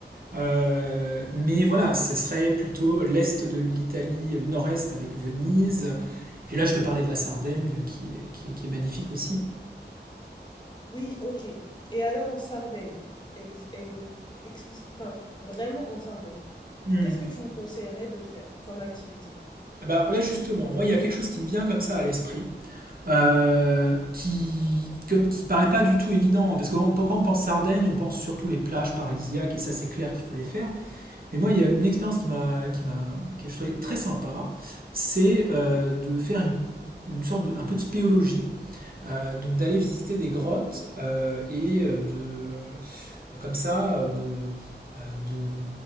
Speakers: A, on the right; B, on the left.
A: Euh, mais voilà, ce serait plutôt l'est de l'Italie, le nord-est avec Venise. Et puis là, je te parlais de la Sardaigne qui est, qui est, qui est magnifique aussi.
B: Oui, OK et alors en Sardaigne, ex e explic enfin, vraiment en Sardaigne,
A: Mm.
B: qu'est-ce que tu me Mmh. conseillerais de faire comme activité?
A: Bah, alors là, justement, moi, il y a quelque chose qui me vient comme ça à l'esprit. euh, qui, comme, qui paraît pas du tout évident. hein, Parce que quand on- quand on pense Sardaigne, on pense surtout les plages paradisiaques, et ça c'est clair qu'il faut les faire. Mais moi, il y a une expérience qui m'a, qui m'a, qui est je trouvais très sympa, c'est euh, de faire une, une sorte de, un peu de spéologie, Euh, donc d'aller visiter des grottes euh, et euh, de comme ça, euh, de, euh, de